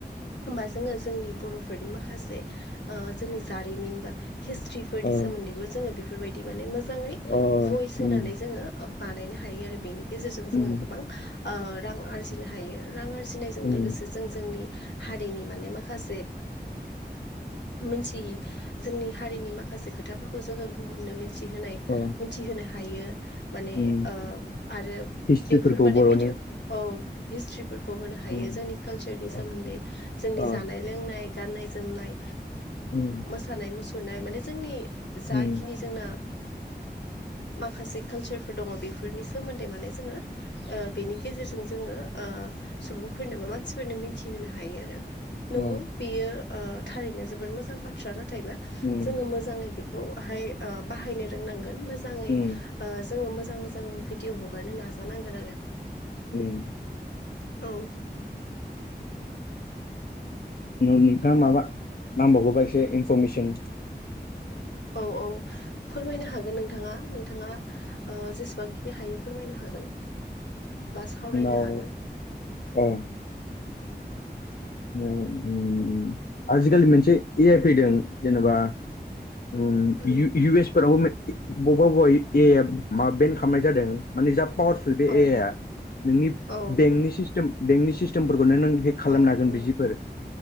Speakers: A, on the left; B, on the left.
A: होमबा जोङो जोंनि बर'फोरनि माखासे जोंनि जारिमिन बा हिस्ट्रिफोरनि
B: अ
A: सोमोन्दैबो जोङो बेफोरबायदि माने मो मोजाङै
B: अ
A: भइस होनानै
B: उम
A: जोङो बानायनो हायो आरो बेनि गेजेरजों जोङो
B: उम
A: गोबां रां आरजिनो हायो रां आरजिनायजों
B: उम
A: लोगोसे जों जोंनि हारिनि माने माखासे मोनथियै जोंनि हारिनि माखासे खोथाफोरखौ जोङो गुबुननो मिथि मिथिहोनाय
B: अ
A: मिथिहोनो हायो माने
B: उम
A: आरो
B: हिस्ट्रिफोरखौ
A: बेफोर माने
B: बर'नि
A: भिदिअ' औ हिस्ट्रि खौ होनो हायो
B: उम
A: जोंनि कालचारनि सोमोन्दै
B: अके
A: जोंनि
B: अ
A: जानाय लोंनाय गाननाय जोमनाय
B: उम
A: मोसानाय मुसुरनाय माने जोंनि जाखिनि
B: उम
A: जोंना माखासे कालसारफोर दङ बेफोरनि सोमोन्दै माने जोङो बेनि गेजेरजों जोङो सुबुंफोरनो बा मानसिफोरनो मिथिहोनो हायो आरो नंगौ
B: अ
A: बेयो थारैनो जोबोद मोजां बाथ्रा नाथाय बा
B: उम
A: जोङो मोजाङै बे बेखौहाय बाहायनो रोंनांगोन मोजाङै
B: उम
A: जोङो मो मोजां मोजां भिडिअ हगारनो नाजानांगोन आरो
B: ओम
A: औ
B: नोंथाङा माबा नांबावगौबा एसे इनफरमेसन
A: औ औ फोरमायनो हागोन नोंथाङा नोंथाङा ओ जेसेबांखिनि हायो फोरमायनो हागोन बा सावरायनो
B: उनाव
A: हागोन
B: औ उ उ आजिखालि मोनसे ए आइ फैदों जेनेबा उ
A: उम
B: इउ इउ एस फोराव बबेबा बबेब ए आइ माबा बेन खालामनाय जादों माने जाब पावारफुल बे
A: औ
B: ए आइ आ नोंनि
A: औ
B: बेंकनि सिस्टेम बेंकनि सिस्टेमफोरखौनो नों हेक खालामनो
A: औ
B: हागोन
A: औ
B: बिजिफोर